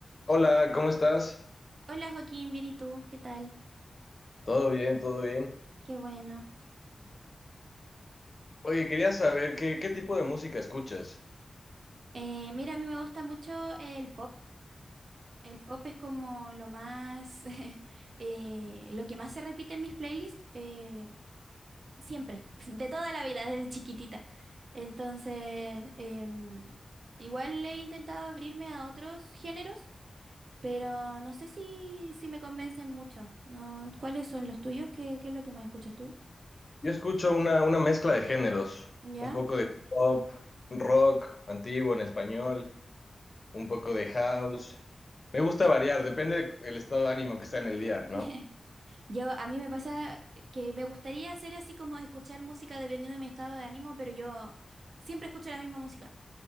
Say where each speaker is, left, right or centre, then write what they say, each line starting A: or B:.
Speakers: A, on the left (about 40°); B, on the right (about 70°).
A: Hola, ¿cómo estás?
B: Hola Joaquín, bien ¿y tú? ¿Qué tal?
A: Todo bien, todo bien.
B: Qué bueno.
A: Oye, quería saber qué, qué tipo de música escuchas.
B: Eh, mira, a mí me gusta mucho el pop. El pop es como lo más, <laughs> eh, lo que más se repite en mis playlists eh, siempre, <laughs> de toda la vida, desde chiquitita. Entonces, em, igual he intentado abrirme a otros géneros, pero no sé si, si me convencen mucho, ¿no? ¿Cuáles son los tuyos? ¿Qué, qué es lo que más escuchas tú?
A: Yo escucho una, una mezcla de géneros,
B: ¿Ya?
A: un poco de pop, rock, antiguo en español, un poco de house. Me gusta variar, depende del estado de ánimo que está en el día,
B: <laughs>
A: ¿no?
B: Yo, a mí me pasa que me gustaría hacer así como escuchar música dependiendo de mi estado de ánimo, pero yo siempre escucho la misma música.